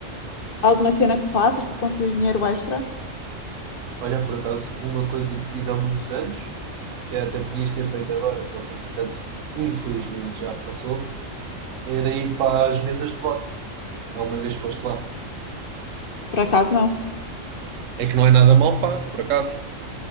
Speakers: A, on the left; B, on the right.
A: alguma cena que faças para conseguir dinheiro extra.
B: Olha, por acaso, uma coisa que fiz há muitos anos, que se calhar até podias ter feito agora, só que entretanto, infelizmente já passou, era ir para as mesas de voto. Alguma vez foste lá?
A: Por acaso, não.
B: É que não é nada mal pago, por acaso.